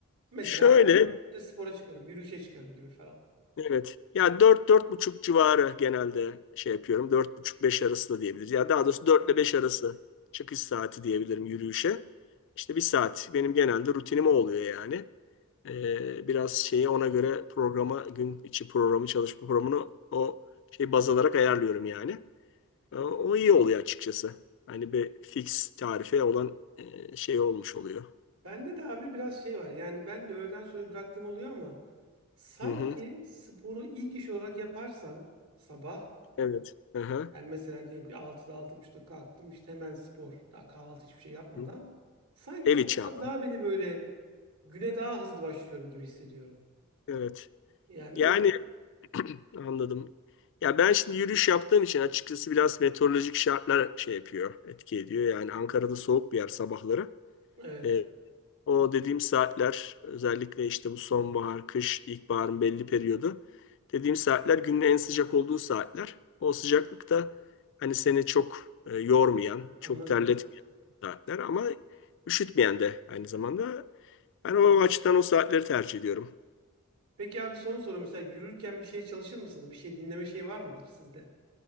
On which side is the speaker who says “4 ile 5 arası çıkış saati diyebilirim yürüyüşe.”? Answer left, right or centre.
Left